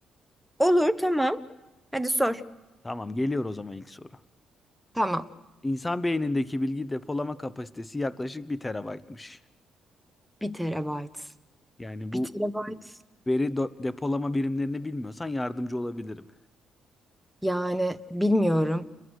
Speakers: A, in the centre; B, on the left.
A: Olur tamam. Hadi sor.
B: Tamam, geliyor o zaman ilk soru.
A: Tamam.
B: İnsan beynindeki bilgi depolama kapasitesi yaklaşık bir terabaytmış.
A: Bir terabayt.
B: Yani bu
A: Bir terabayt.
B: veri do- depolama birimlerini bilmiyorsan yardımcı olabilirim.
A: Yani bilmiyorum.